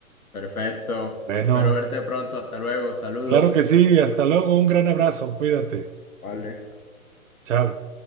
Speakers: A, on the left; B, on the right.
A: Perfecto.
B: Bueno,
A: Espero verte pronto. Hasta luego. Saludos.
B: claro que sí, hasta luego, un gran abrazo, cuídate,
A: Vale.
B: chao.